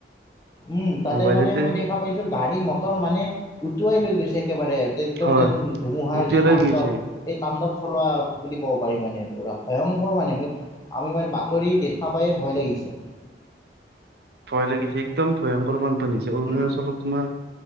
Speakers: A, on the left (about 20°); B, on the right (about 65°).
A: উম তাতে
B: মোবাইলতে
A: মানে মই দেখা পাইছো গাড়ী মটৰ মানে উটুৱাই লৈ গৈছে। একেবাৰে একদম
B: হয়
A: যেন ধুমুহাৰ
B: উটিয়ালৈ
A: যি তাণ্ডৱ,
B: গৈছে
A: সেই তাণ্ডৱ চলোৱা বুলি ক'ব পাৰি মানে। পূৰা ভয়ংকৰ মানে আমি মানে বাতৰি দেখা পায়ে ভয় লাগিছে।
B: ভয় লাগিছে একদম ভয়ংকৰ মান। অৰুণাচলত
A: উম,
B: তোমাৰ